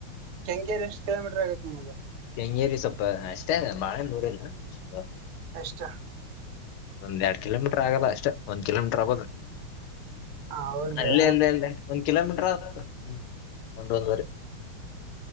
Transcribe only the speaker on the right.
ಕೆಂಗೇರಿ ಎಷ್ಟ್ ಕಿಲೋಮೀಟರ್ ಆಗತ್ತ ನಿಮ್ಗ.
ಎಷ್ಟಾ.
ಹೌದಾ